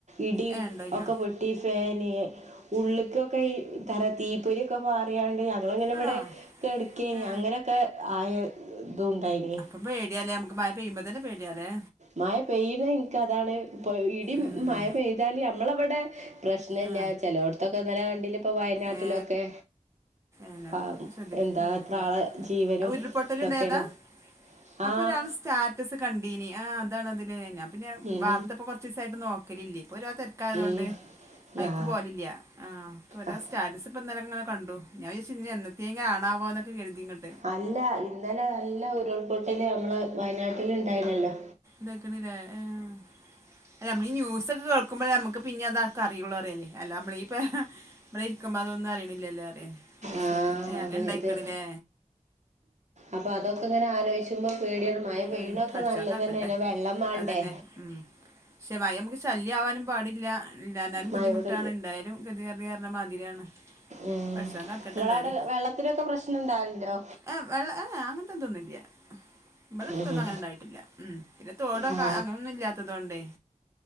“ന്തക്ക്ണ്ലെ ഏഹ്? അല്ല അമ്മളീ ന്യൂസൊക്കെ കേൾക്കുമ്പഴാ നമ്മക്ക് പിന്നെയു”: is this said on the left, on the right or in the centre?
Right